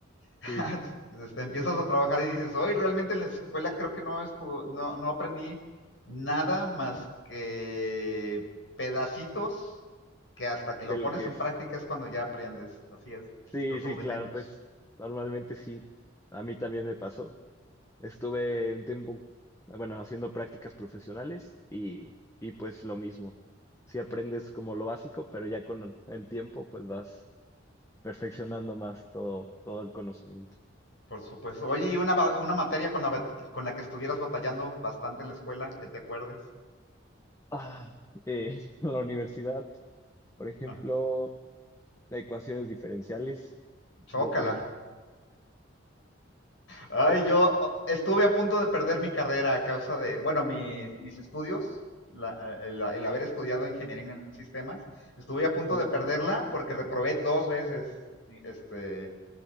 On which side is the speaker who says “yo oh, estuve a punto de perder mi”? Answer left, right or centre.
Left